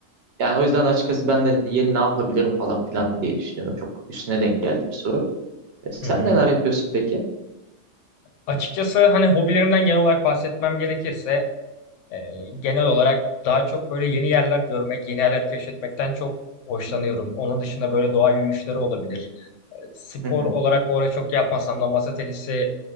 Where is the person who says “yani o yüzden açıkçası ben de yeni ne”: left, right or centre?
Right